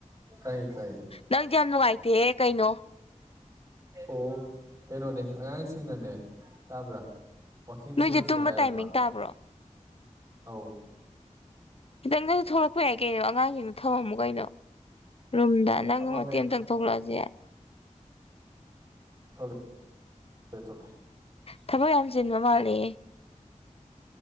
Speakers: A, on the right; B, on the left.
A: ꯇꯥꯏ ꯇꯥꯏ
B: ꯅꯪꯁꯦ ꯌꯥꯝ ꯅꯨꯡꯉꯥꯏꯇꯦꯍꯦ ꯀꯩꯅꯣ
A: ꯑꯣ ꯀꯩꯅꯣꯅꯦ ꯑꯉꯥꯡꯁꯤꯡꯅꯅꯦ ꯇꯥꯕ꯭ꯔꯥ ꯋꯥꯋꯀꯤꯡ
B: ꯅꯣꯏꯁꯦ
A: ꯁꯦꯜꯁꯦ
B: ꯇꯨꯝꯕ
A: ꯍꯥꯏꯔꯛꯄ
B: ꯇꯥꯏꯃꯤꯡ ꯇꯥꯕ꯭ꯔꯣ
A: ꯑ
B: ꯗꯪꯁꯨ ꯊ ꯍ ꯌꯥꯏ ꯀꯩꯅꯣ ꯑꯉꯥꯡꯁꯤꯡꯗꯣ ꯊꯝꯃꯝꯃꯨ ꯀꯩꯅꯣ ꯔꯨꯝꯗ ꯅꯪ
A: ꯊꯝꯃꯝꯃꯦ
B: ꯃꯇꯦꯛ ꯑꯃꯇꯪ ꯊꯣꯛꯂꯛꯑꯁ ꯌꯥꯏ
A: ꯊꯣꯛꯂꯦ ꯊ ꯊꯂꯦ
B: ꯊꯕꯛ ꯌꯥꯝ ꯆꯤꯟꯕ ꯃꯥꯜꯂꯤ